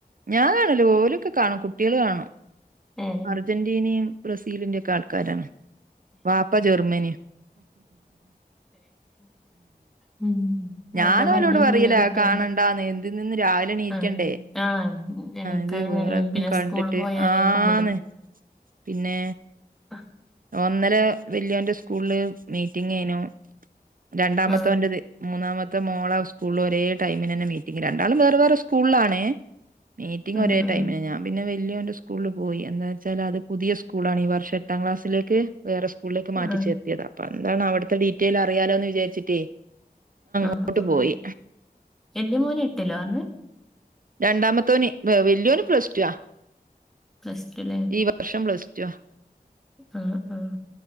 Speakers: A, on the right (about 60°); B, in the centre.
A: ഞാൻ കാണൂല ഓലൊക്കെ കാണും കുട്ടികൾ കാണും
B: ഏ
A: അർജന്റീനിം ബ്രസീലിന്റെക്കെ ആൾക്കാരാണ് വാപ്പ ജെർമ്മനിം.
B: ഉം
A: ഞാന്
B: അതൊക്കെ കണ്ടഴിഞ്ഞ്
A: ഓലോട് പറയല
B: പിന്നെ കുട്ട്യാള്
A: കാണണ്ട എന്തി നിന്ന് രാവിലെ നീക്കണ്ടേ
B: ആഹ് ആഹ് എണീക്കാനും
A: ഇത് വേറെന്നും
B: നേരം വൈകും പിന്നെ
A: കണ്ടിട്ട്
B: സ്കൂള് പോയാലായിരിക്കും
A: ആന്ന്. പിന്നെ
B: ആഹ്
A: ഒന്നലെ വെല്യോന്റെ സ്കൂളില് മീറ്റിങ്ങാ ന്നു രണ്ടാമതോന്റത്
B: ആഹ്
A: മൂന്നാമ ഇത്തെ മോള സ്കൂളിൽ ഒരേടൈമിനന്നെ മീറ്റിംഗ് രണ്ടളും വേറെ വേറെ സ്കൂളാണ് മീറ്റിംഗ്
B: ആഹ്
A: ഒരേ
B: ആഹ്
A: ടൈമിന് ഞാൻ പിന്നെ വല്യന്റെ സ്കൂളിൽ പോയി എന്താച്ചാൽ അത് പുതിയ സ്കൂളാണ് ഈ വർഷം എട്ടാം ക്ലാസ്സിലേക്ക് വേറെ സ്കൂളിലേക്ക് മാറ്റി
B: ആഹ്
A: ചേർത്തിയതാ അപ്പൊ എന്താണ് അവിട്ത്തെ ഡീറ്റെയിൽ അറിയാലോന്ന് വിചാരിച്ചിട്ടേ.
B: ആഹ്
A: അങ്ങോട്ട്
B: ആ
A: പോയി
B: എന്റെ മോന് എട്ടിലാന്ന്
A: രണ്ടാമത്തോന് വലിയോന് പ്ലസ്ടു ആ
B: പ്ലസ് ടുല്ലേ
A: ഈ വർഷം പ്ലസ് ടു ആ
B: ആ ആ